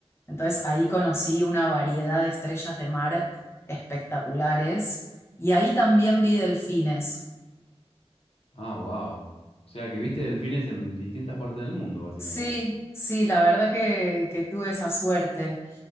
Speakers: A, on the left; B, on the left.
A: Entonces ahí conocí una variedad de estrellas de mar espectaculares. Y ahí también vi delfines.
B: Ah, wow. O sea que viste delfines en distintas partes del mundo, básicamente.
A: Sí, sí, la verdad que, que tuve esa suerte.